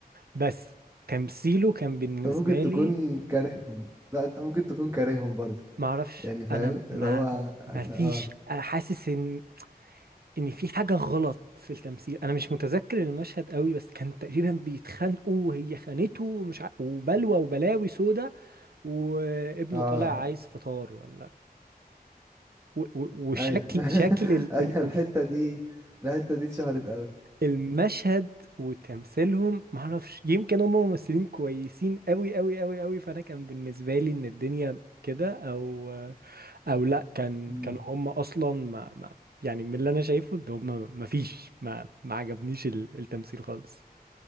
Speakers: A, on the right (about 75°); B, on the right (about 15°).
A: بس تمثيله كان بالنسبه
B: انت ممكن تكون
A: لي
B: كارههم لا انت ممكن تكون كارههم برضه
A: ما اعرفش
B: يعني فاهم
A: انا ما
B: اللي هو
A: ما
B: <laughs>
A: فيش
B: اه
A: حاسس ان ان في حاجه غلط في التمثيل انا مش متذكر المشهد قوي بس كان تقريبا بيتخانقوا وهي خانته ومش ع... وبلوى وبلاوي سودا وابنه
B: اه
A: طالع عايز فطار ولا و... و... وشكل
B: ايوه
A: شكل ال... ال...
B: <laughs>
A: ال...
B: الحتة
A: <laughs>
B: دي الحتة دي اتشهرت
A: المشهد وتمثيلهم معرفش يمكن هم ممثلين كويسين قوي قوي قوي قوي فانا كان بالنسبه لي ان الدنيا كده او او لا كان
B: قوي
A: كانوا هم اصلا ما ما يعني من اللي انا شايفه ان هم ما فيش ما ما عجبنيش ال- التمثيل خالص